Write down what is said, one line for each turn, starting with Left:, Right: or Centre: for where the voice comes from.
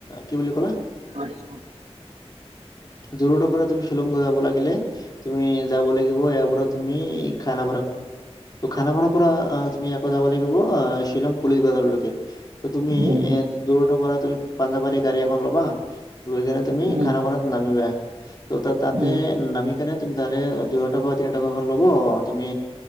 Left: কি বুলি ক'লা
Right: পছ
Left: জোৰতৰ পৰা তুমি শ্বিলংগ যাব লাগিলে তুমি যাব লাগিব ইয়াৰ পৰা তুমি খানা খানাপাৰা পৰা তুমি আকৌ যাব লাগিব শ্বিলং পুলিচ বাজাৰলৈকে। তুমি
Right: উম,
Left: এ দুটাৰ পৰা তুমি পাঞ্জাবাৰী গাড়ী এখন ল'বা ে তুমি
Right: উম,
Left: খান ব য়া তো তাতে
Right: উম,
Left: নামি কেনে তুমি তাৰে দুশ টকা, বা তিনি টকা মান এখন ল'ব তুমি